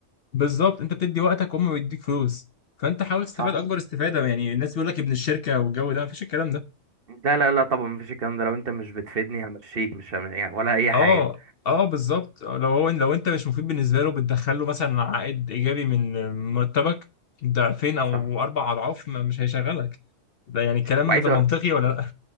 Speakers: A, on the left; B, on the right.
A: بالظبط انت بتدي وقتك وهم بيديك فلوس فانت حاول تستفاد
B: صح
A: اكبر استفاده يعني الناس بيقول لك ابن الشركه والجو ده مفيش الكلام ده
B: لا لا لا طبعا مفيش الكلام ده لو انت مش بتفيدني همشيك مش هم... يعني ولا اي
A: اه
B: حاجة
A: اه بالظبط لو هو لو انت مش مفيد بالنسبه له بتدخل له مثلا عائد ايجابي من مرتبك ضعفين او
B: صح
A: اربع اضعاف ما مش هيشغلك ده يعني كلام
B: وعايز
A: ده منطقي
B: أ-
A: ولا لا